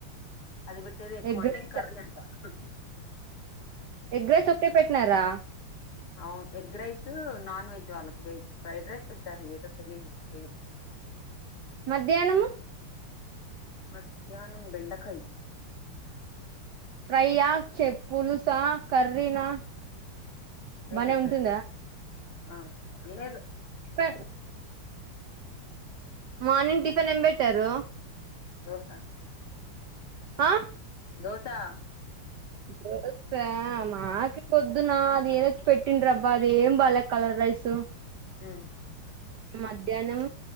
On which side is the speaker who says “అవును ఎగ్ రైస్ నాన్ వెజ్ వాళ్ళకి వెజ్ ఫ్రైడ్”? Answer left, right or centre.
Left